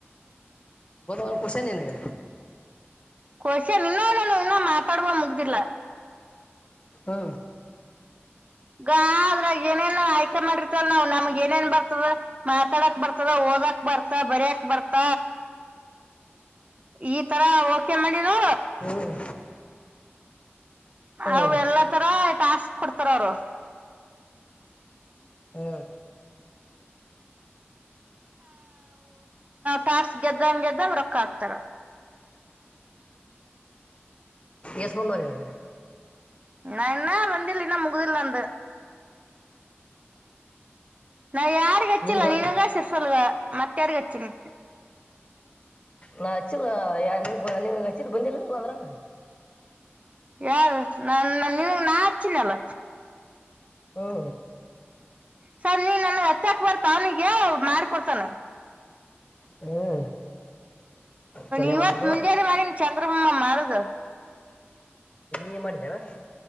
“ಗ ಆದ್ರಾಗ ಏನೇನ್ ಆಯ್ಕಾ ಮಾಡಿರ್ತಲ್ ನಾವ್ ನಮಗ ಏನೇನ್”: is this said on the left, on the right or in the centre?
Right